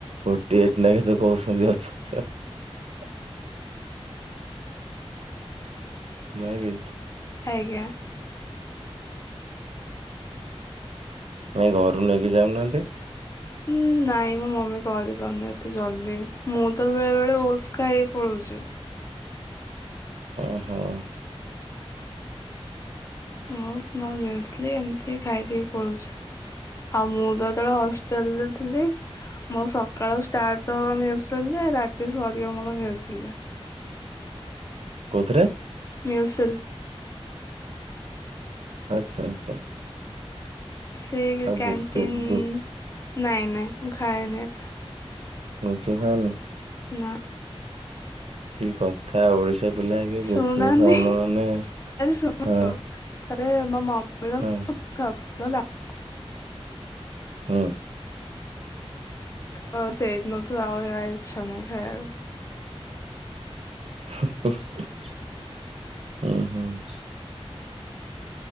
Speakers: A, on the right; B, on the left.
A: ଫୋରଟି ଏଇଟ୍ ନା କେତେ କହୁଛନ୍ତି ଅଛନ୍ତି ଆଉ। <inaudible> ନାଇଁ କି?
B: ଆଜ୍ଞା।
A: ଏାଇ ଘରୁ ନେଇକି ଯାଉନାହାନ୍ତି।
B: ହୁଁ ନାଇଁ ମୋ, ମମି କରି ପାରୁନି ଏତେ ଜଲ୍ଦି। ମୁଁ ତ ବେଳେ, ବେଳେ ଓଲସ ଖାଇକି ପଳଉଛି ।
A: ଓ ହୋ।
B: ଓସ୍ ନହେଲେ ମ୍ୟୁସିିଲ୍ ଏମିତି ଖାଇ ଦେଇ ପଳଉଛି ।ଆଉ ମୁଁ ତ ଯେତେବେଳେ ହସ ଷ୍ଟେଲ୍ ରେ ଥିଲି ମୋର ସକାଳ ଷ୍ଟାର୍ଟ ହବ ମ୍ୟୁସିିଲ୍ ରେ, ରାତି ସରିବ ମର ମ୍ୟୁସିିଲ୍ ରେ।
A: କଉଥିରେ?
B: ମ୍ୟୁସିିଲ୍।
A: ଆଚ୍ଛା, ଆଚ୍ଛା।
B: ସେଇ
A: ଆଉ
B: କ୍ୟାଣ୍ଟିନ୍
A: ଗୁପଚୁପ୍ ଗୁପ୍
B: ନାଇଁ ନାଇଁ ଖାଏନି ଏତେ।
A: ଗୁପୁଚୁପୁ ଖାଅନି?
B: ନା ।
A: କି କଥା ଓଡିଶା ପିଲା ହେଇକି ଗୁପୁଚୁପୁ
B: ଶୁଣୁନାହାନ୍ତି
A: ଖାଉନ ମାନେ
B: ଶୁଣ
A: ହଁ।
B: ଆରେ ମୋ ମମି ର।
A: ହଁ
B: <unintelligible>
A: ହୁଁ।
B: ତ ସେଇ ଦିନଠୁ ଆଉ ହେରା ଇଚ୍ଛା ନାହିଁ ଖାଇବାକୁ ।
A: <inaudible>
B: <inaudible>
A: ହୁଁ ହୁଁ ।